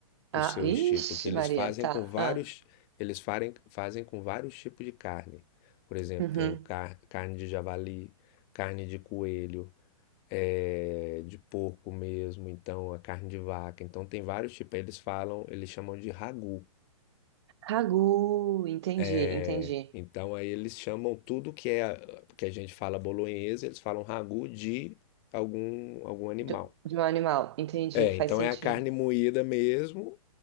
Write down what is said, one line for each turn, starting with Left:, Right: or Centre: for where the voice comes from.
Left: o
Right: Ah,
Left: seu estilo,
Right: ixi,
Left: porque eles
Right: Maria,
Left: fazem
Right: tá.
Left: com vários,
Right: Ah,
Left: eles farem, fazem com vários tipos de carne. Por exemplo,
Right: uhum.
Left: tem o car carne de javali, carne de coelho, é, de porco mesmo, então a carne de vaca. Então tem vários tipos. Aí Eles falam, eles chamam de ragu.
Right: Ragu, entendi,
Left: É,
Right: entendi.
Left: Então aí eles chamam tudo que é que a gente fala bolonhesa, eles falam ragu de algum algum animal.
Right: Do- De, um animal, entendi,
Left: É,
Right: faz
Left: então
Right: sentido.
Left: é a carne moída mesmo,